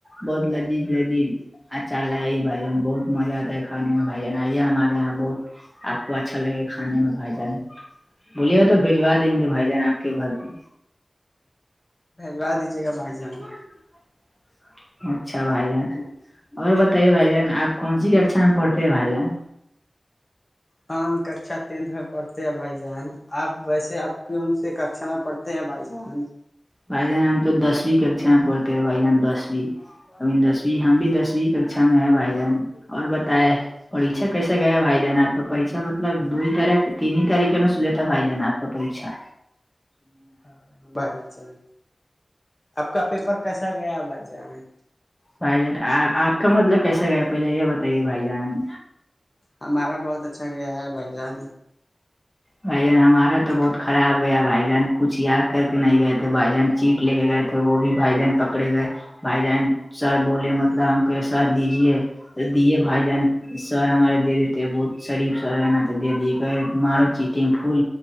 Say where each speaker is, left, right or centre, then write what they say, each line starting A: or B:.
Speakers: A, in the centre; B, on the left.
A: بہت لذیذ لذیذ اچھا لگا یہ بھن بہت مزہ آتا ہے کھے میں بھ آ یہ ہمارے یہاں بہت آپ کو اچھا لگے گا کھانے میں بھائی جان بوولے گ تو بجوا دیں گے بھائی جان آپ بھتی
B: بھیھجوا دیجیے گا بھجی میں
A: <inaudible> اچھا بھائی جان اور بتائیے بھائی جان آپ کون سی ککھا میں پڑھتے ہیں بھائی جان
B: ہم ہم ککھا ٹینتھ میں پڑھتے ہیں بھائی جان اب ویسے اب کیوں سے ککا میں پڑھتے ت بھائی جان
A: بھائی جان ہم تو دسویں ککشا میں پڑھتے ہیں بھائی جان دسویں اب دسویں ہم بھی دسویں ککشا میں ہے بھائی جان اور بتائے پریھا کیسے گیا بھائی جانا آ پ پریھا مطلب دو ہی تاریخ ت ہی تاریخ ن سو تھا بھائی جانا آپ کا پریھا
B: ہاں بھائی جان آپ کا پیپر کیسا گیا بھائی جان
A: بھائی جان آپ کا مطلب کیسا گیا پہلے یہ بتائیے بھائی جان
B: ہمارا بہت اچھا گیا ہے بھائی جان
A: بھائین ہمارا تو بہت خراب گیا بھائی جان کچھ یاد کر کے نہیں گئے تھے بھائی جان چیٹ لے کے گئے تھے وہ بھی بھائی جان پکڑے گئے بھائی جان سر بولے مطلب ہم کہ سر دیجیے تو دیے بھائی جہان سر ہمارے دے دی تھ بہت شریف سر ہے نا تو دے دی کہ مارو چیٹگ پھول